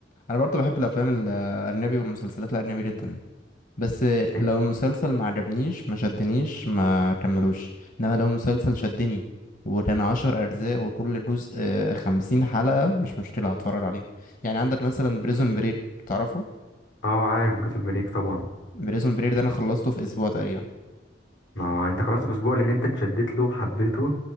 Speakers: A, on the left; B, on the left.
A: انا برضو بحب الافلام الاجنبي والمسلسلات الاجنبي جدا بس لو
B: أي-
A: مسلسل ما عجبنيش ما شدنيش ما كملوش انما لو مسلسل شدني وكان عشر اجزاء وكل جزء آه، خمسين حلقة مش مشكلة هتفرج عليه يعني عندك مثلا بريزون بريك تعرفه
B: اه عارف بريزون بريك طبعا
A: بريزون بريك ده انا خلصته في اسبوع تقريبا
B: ما هو انت خلاص الأسبوع لأن انت اتشدت له حبيته